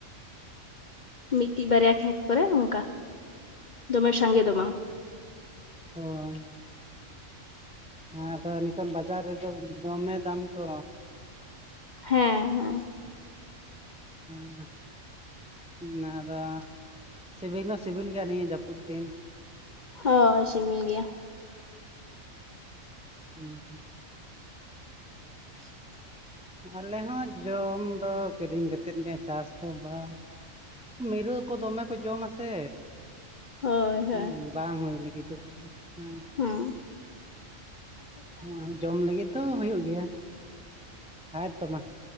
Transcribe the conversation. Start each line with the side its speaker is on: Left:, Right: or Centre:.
Left: ᱢᱤᱫᱴᱤᱡ, ᱵᱟᱨᱭᱟ ᱠᱷᱮᱛ ᱠᱚᱨᱮ ᱚᱱᱠᱟ ᱫᱚᱢᱮ ᱥᱟᱸᱜᱮ ᱫᱚ ᱵᱟᱝ
Centre: ᱦᱳᱭ ᱦᱮᱸ ᱟᱫᱚ ᱱᱤᱛᱚᱱ ᱵᱟᱡᱟᱨ ᱨᱮᱫᱚ ᱫᱚᱢᱮ ᱫᱟᱢ ᱛᱚ
Left: ᱦᱮᱸᱻᱦᱮᱸ
Centre: ᱦᱩᱸ ᱦᱩᱸ᱾ ᱚᱱᱟ ᱫᱚ ᱥᱤᱵᱤᱞ ᱦᱚᱸ ᱥᱤᱵᱤᱞ ᱜᱮᱭᱟ ᱱᱤᱭᱟᱹ ᱡᱟᱹᱯᱩᱫ ᱫᱤᱱ <inaudible>
Left: ᱦᱳᱭ ᱥᱤᱵᱤᱞ ᱜᱮᱭᱟ᱾
Centre: ᱦᱩᱸ ᱦᱩᱸ᱾
Left: <inaudible>
Centre: ᱟᱞᱮ ᱦᱚᱸ ᱡᱚᱢ ᱫᱚ ᱠᱤᱨᱤᱧ ᱠᱟᱛᱮᱫ ᱜᱮ ᱪᱟᱥ ᱫᱚ ᱵᱟᱝ᱾ ᱢᱤᱨᱩ ᱠᱚ ᱫᱚᱢᱮ ᱠᱚ ᱡᱚᱢᱟ ᱥᱮ᱾
Left: ᱦᱳᱭ
Centre: ᱦᱚᱸ
Left: ᱦᱳᱭ
Centre: ᱵᱟᱝ ᱦᱩᱭ ᱞᱟᱹᱜᱤᱛᱚᱜᱼᱟ, ᱦᱮᱸ᱾
Left: ᱦᱚᱸ᱾
Centre: ᱱᱚᱣᱟ ᱡᱚᱢ ᱞᱟᱹᱜᱤᱫ ᱫᱚ ᱦᱩᱭᱩᱜ ᱜᱮᱭᱟ᱾ ᱦᱮᱸ ᱛᱚ ᱢᱟ᱾